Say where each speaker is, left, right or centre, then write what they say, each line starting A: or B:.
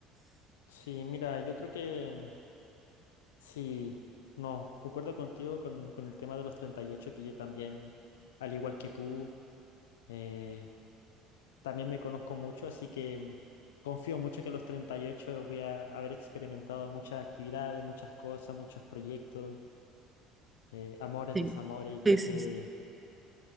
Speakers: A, on the left (about 80°); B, on the right (about 20°).
A: Sí, mira, yo creo que sí, no, concuerdo contigo con, con el tema de los treinta y ocho que yo también, al igual que tú, eh, también me conozco mucho, así que confío mucho que a los 38 voy a haber experimentado muchas actividades, muchas cosas, muchos proyectos, eh, amores,
B: Sí,
A: desamores, y creo
B: sí, sí.
A: que,